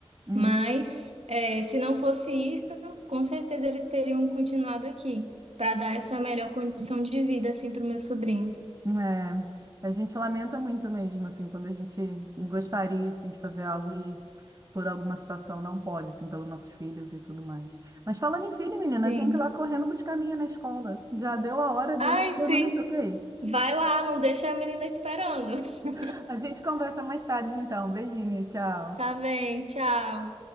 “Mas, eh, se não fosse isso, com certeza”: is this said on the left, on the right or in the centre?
Right